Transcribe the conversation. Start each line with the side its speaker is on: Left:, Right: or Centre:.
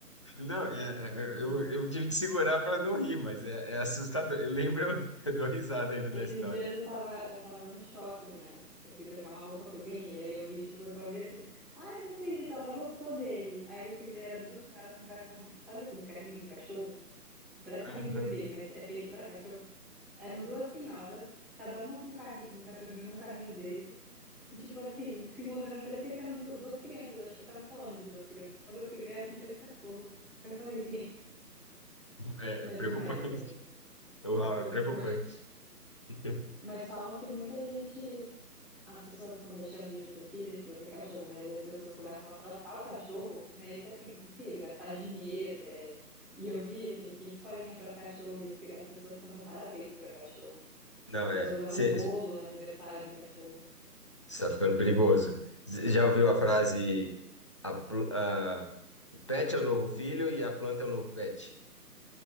Left: Não, é- é- é,
Centre: Eu
Left: eu,
Centre: falo,
Left: eu tive que segurar para não rir, mas é, é assustador. Eu lembro, <laughs> eu dou risada ainda
Centre: Esses
Left: da história.
Centre: dias eu tava, eu tava no shopping, né? Eu fui trocar uma roupa que eu ganhei. Aí eu vi, tipo, eu só vi assim, ai, eu não acredito, ela gostou dele. Aí eu fui ver, era duas senhoras com cachorro. Sabe aqueles carrinhos de cachorro? Que parece
Left: Aham.
Centre: carrinho de bebê, mas é feito pra cachorro. Eram duas senhoras, cada uma com um carrinho, um cachorrinho num carrinho desses. E, tipo assim, se encontrando, parecia que eram du- duas crianças. Eu achei que estavam falando de duas crianças. Quando eu fui ver, eram dois cachorros. Eu falei, gente,
Left: É, é
Centre: é
Left: preocupante.
Centre: demais pra mim.
Left: <laughs> Uau,
Centre: É preocupante.
Left: é preocupante. <laughs>
Centre: Mas falam que muita gente. as pessoas estão deixando de ter filhos para ter cachorro, mas aí as pessoas começam a tratar o cachorro meio que assim, como filho, gastar dinheiro. é. E eu vi, assim, tem escolinha para cachorro e as, cri- as pessoas cantam parabéns para cachorro.
Left: Não,
Centre: As pessoas
Left: é.
Centre: levam
Left: Você
Centre: bolo no aniversário do cachorro.
Left: está ficando perigoso. Cê Já ouviu a frase: a, pl- a- o pet é o novo filho e a planta é o novo pet?